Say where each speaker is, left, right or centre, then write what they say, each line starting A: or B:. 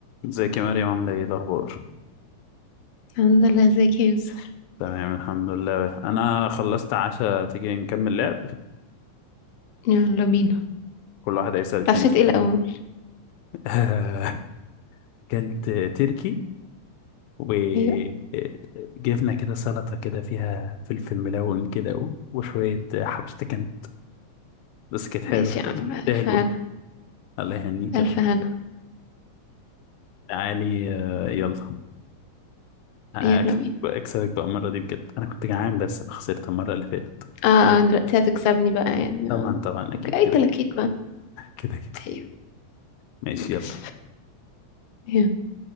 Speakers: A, on the left (about 85°); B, on the left (about 65°).
A: ازيك يا مريم عاملة ايه إيه الأخبار؟
B: الحمد لله ازيك يا يوسف
A: تمام الحمد لله أنا خلصت عشاء تيجي نكمل لعب
B: يلا بينا
A: كل واحد هيسأل التاني
B: طفشت
A: سؤال
B: ايه الأول
A: <laughs> كانت تركي وجبنا
B: أيوة
A: كده سلطة كده فيها فلفل ملون كده و- وشوية حبشتة كانت بس كانت حلوة
B: ماشي يا
A: تستاهل
B: عم ألف
A: بقى
B: هنا
A: الله يهنيك
B: ألف
A: الله
B: هنا
A: تعالي آه، يلا أكسب
B: يلا بينا
A: أكسبك بقى المرة دي بجد أنا كنت جعان بس خسرت المرة اللي فاتت
B: اه اه دلوقتي هتكسبني بقى يعني
A: طبعا
B: آه.
A: طبعا أكيد
B: اوكي
A: كده
B: أي تلاكيك بقى
A: كده كده
B: أيوة
A: ماشي
B: ماشي
A: يلا
B: يلا.